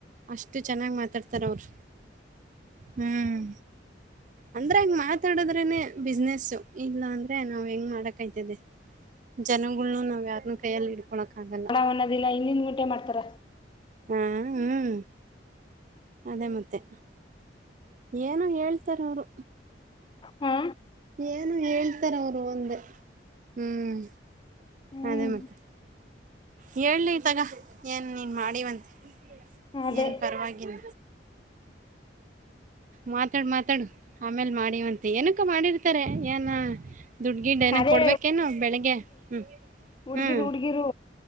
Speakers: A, on the right; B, on the left.
A: ಅಷ್ಟು ಚೆನ್ನಾಗ್ ಮಾತಾಡ್ತಾರ್ ಅವರು ಹ್ಮ್ ಅಂದ್ರೆ ಹಂಗ ಮಾತಾಡದ್ರನೆ ಬಿಸ್ನೆಸ್ ಇಲ್ಲ ಅಂದ್ರೆ ನಾವ್ ಹೆಂಗ್ ಮಾಡಕ್ಯ್ತದೆ ಜನಗಳ್ನು ನಾವ್ ಯಾರ್ನ್ನು ಕೈಯಲ್ಲಿ ಇಡ್ಕೊಳಕಕ್ಕಗಲ್ಲ
B: ಹನ್ನೋದಿಲ್ಲ ಇನ್ನಿನ್ ಗುಟೆ ಮಾಡ್ತಾರ
A: ಹಾ ಹ್ಮ್ ಅದೇ ಮತ್ತೆ ಏನು ಹೇಳ್ತಾರ್ ಅವರು
B: ಹಾ
A: ಏನು ಹೇಳ್ತಾರ್ ಅವರು ಅಂದೆ ಹ್ಮ್
B: ಹ್ಮ್
A: ಅದೇ ಮತ್ತೆ ಹೇಳಿ ತಗ ಏನ್ ನೀನ್ ಮಾಡೀಿವಂತೆ
B: ಅದೇ
A: ಏನ್ ಪರವಾಗಿಲ್ಲ ಮಾತಾಡ್ ಮಾತಾಡ್ ಆಮೇಲ್ ಮಾಡೀಿವಂತೆ ಏನ ಕ್ಕ ಮಾಡಿರ್ತಾರೆ ಏನ ದುಡ್ ಗಿಡ್ ಏನರ
B: ಅದೇ
A: ಕೊಡ್ಬೇಕೇನು ಬೆಳಿಗ್ಗೆ ಹ್ಮ್
B: ಹುಡುಗಿರು
A: ಹ್ಮ್
B: ಹುಡುಗಿರು